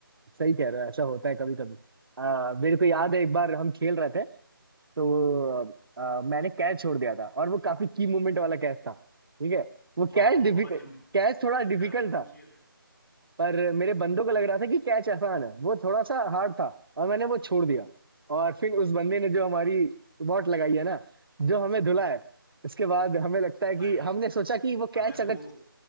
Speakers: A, on the right; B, on the left.
A: सही कह रहे हो ऐसा होता है कभी कभी आ, मेरे को याद है एक बार हम खेल रहे थे तो आ, मैंने कैच छोड़ दिया था और वो काफी की मूवमेंट वाला कैच था ठीक है वो
B: हाँ
A: कैच
B: बहुत
A: डिफिकल्ट
B: क्रूशियल
A: कैच थोड़ा डिफिकल्ट
B: था क्रूशियल
A: था
B: था
A: पर मेरे बंदों को लग रहा था कि कैच आसान है वो थोड़ा सा हार्ड था और मैंने वो छोड़ दिया और फिर उस बंदे ने जो हमारी वॉट लगाई है ना जो हमें धुला है उसके बाद हमें लगता है कि
B: भाई
A: हमने सोचा कि वो कैच
B: अगर
A: अगर
B: वो